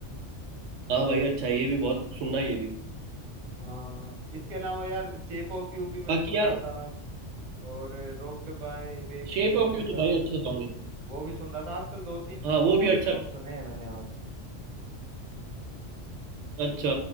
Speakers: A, on the right; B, on the right.
A: हाँ भाई अच्छा ये भी बहुत सुनना ये भी
B: हाँ इसके अलावा यार शेप ऑफ यू भी मैं
A: बाकी
B: सुन
A: यार
B: रहा था और रोक के बाय बेबी
A: शेप ऑफ
B: वो
A: यू तो
B: यार
A: भाई अच्छा सॉन्ग है
B: वो भी सुन रहा था आजकल दो तीन
A: हाँ वो
B: इंग्लिश
A: भी अच्छा
B: सॉन्ग सुने हैं मैंने आज
A: अच्छा